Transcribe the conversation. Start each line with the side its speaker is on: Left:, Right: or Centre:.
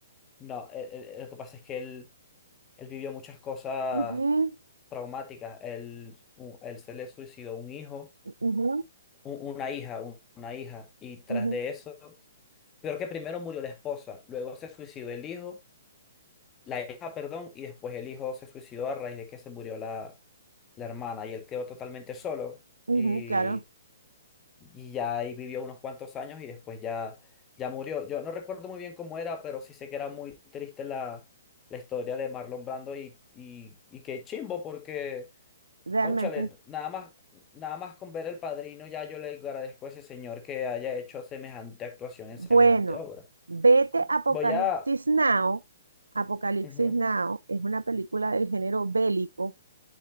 Left: no. él- él- él- lo que pasa es que él, él vivió muchas cosas
Right: Ujú,
Left: traumáticas. Él, u- él se le suicidó un hijo
Right: ujú,
Left: u- una hija, un- una hija, y tras
Right: ujú,
Left: de eso, peor que primero murió la esposa, luego se suicidó el hijo, la hija, perdón, y después el hijo se suicidó a raíz de que se murió la, la hermana y él quedó totalmente solo
Right: ujú,
Left: y,
Right: claro,
Left: y ya ahí vivió unos cuantos años y después ya, ya murió. Yo no recuerdo muy bien cómo era, pero sí sé que era muy triste la, la historia de Marlon Brando y, y, y qué chimbo porque...
Right: realmente.
Left: Cónchale, nada más, nada más con ver El Padrino, ya yo le agradezco a ese señor que haya hecho semejante actuación
Right: Bueno,
Left: en semejante obra.
Right: vete Apocalipsis
Left: Voy a...
Right: Now. Apocalipsis
Left: ujú,
Right: Now es una película del género bélico